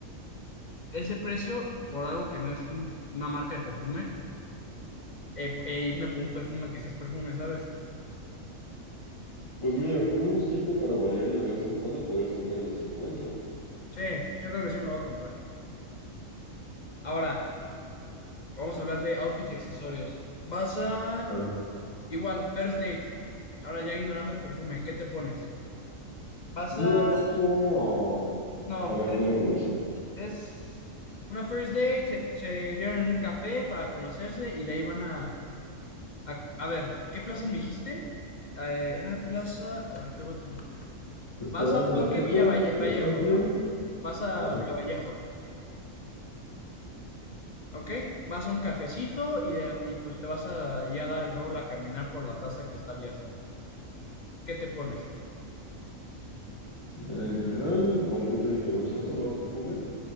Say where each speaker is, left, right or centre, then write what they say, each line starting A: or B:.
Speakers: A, on the left; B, on the left.
A: ese precio por algo que no es un- una marca de perfume eh, e irme por un perfume que sí es perfume, ¿sabes?
B: Pues mira, como un gustito para variarle de vez en cuando podrías comprarle 50.
A: Sí, yo creo que sí me lo voy a comprar. Ahora, vamos a hablar de outfits y accesorios. Vas a,
B: Ajá.
A: igual, first date. Ahora ya ignorando el perfume, ¿qué te pones? Vas a,
B: Día, noche o...
A: no,
B: A ver,
A: es,
B: no me contexto.
A: es una first date, se, se vieron en un café para conocerse y de ahí van a, a, a ver, ¿qué plazas me dijiste? Eh, era plaza, a ver, ¿qué le voy a tener?
B: Están
A: Vas a
B: Vallejo,
A: Parque Villa Valle-
B: Tezontle,
A: Vallejo, ¿no? Vas a
B: ajá.
A: Villa Vallejo. Ok, vas a un cafecito y, de- y pues te vas a ya dar el rol a caminar por la plaza que está abierta. ¿Qué te pones?
B: En general, bueno, yo te dije, uso <laughs> solo dos perfumes.